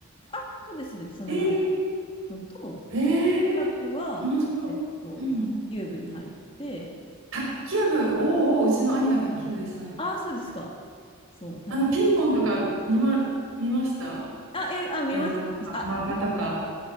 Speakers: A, on the left; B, on the right.
A: あ、そうです、そうです、そんな感じ
B: え
A: のと、
B: ー、えー、
A: で、部活は、
B: 面白い。
A: えっと、
B: うん。
A: 卓球部に入って、
B: 卓球部、おうおう、うちの兄が卓球部でしたね。
A: あ、そうですか。そう、卓
B: あの、ピンポンとか見ま、見ました
A: あ、え、あ、見ました。
B: 映画とか、
A: あ、
B: 漫画とか。